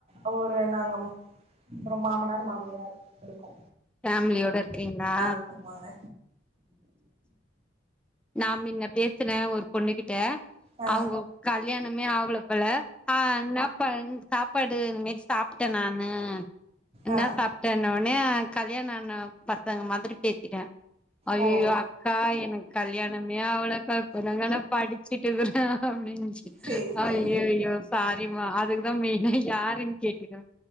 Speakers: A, on the right (about 30°); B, in the centre.
A: அவரு நாங்க அப்புறம் மாமனார் மாமியார் இருக்கோ
B: ஃபேமிலியோட இருக்கீங்களா
A: ஆமாங்க
B: நான் மின்ன பேசினே ஒரு பொண்ணு கிட்ட
A: ஆ
B: அவங்க கல்யாணமே ஆவல போல ஆ என்ன பா சாப்பாடு <unintelligible> சாப் சாப்ட்டே நானு என்ன
A: ஆ
B: சாப்ட்டே உனே கல்யாண ஆன பசங்க மாரி பேசிட்டே ஐய்யயோ
A: ஓ
B: அக்கா எனக் கல்யாணமே ஆவல க்கா இப்பதா நா படிச்சிட்டு இருக்ற அப்டினுச்சு
A: சேரி சேரி
B: அய்யய்யோ சாரிமா அதுக்குதா மெயினா யாருன்னு கேட்டுக்ற